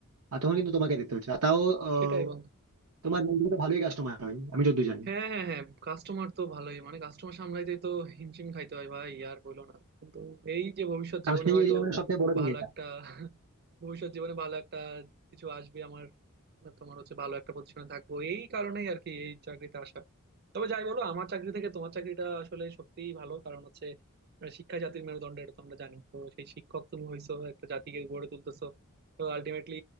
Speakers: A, on the right; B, on the right.
A: আর তখন কিন্তু তোমাকে দেখতে হচ্ছে আর তাও আহ,
B: সেটাই বন্ধু
A: তোমার ব্যাংক কিন্তু ভালোই কাস্টমার হয় আমি যতদূর জানি
B: হ্যাঁ হ্যাঁ হ্যাঁ কাস্টমার তো ভালোই মানে কাস্টমার সামলাইতে তো হিমশিম খাইতে হয় ভাই আর বলো না কিন্তু এই যে ভবিষ্যৎ
A: কারণ
B: জীবনে
A: সেই
B: হয়তো
A: এরিয়া মানে সবথেকে বড় ব্যাংক
B: ভালো
A: এটা
B: একটা ভবিষ্যৎ জীবনে ভালো একটা কিছু আসবে আমার তোমার হচ্ছে ভালো একটা পজিশনে থাকবো এই কারণেই আর কি এই চাকরিতে আসা তবে যাই বলো আমার চাকরি থেকে তোমার চাকরিটা আসলে সত্যিই ভালো কারণ হচ্ছে শিক্ষা জাতির মেরুদণ্ড এটা তো আমরা জানি তো সেই শিক্ষক তুমি হইছো একটা জাতিকে গড়ে তুলতেছো তো আলটিমেটলি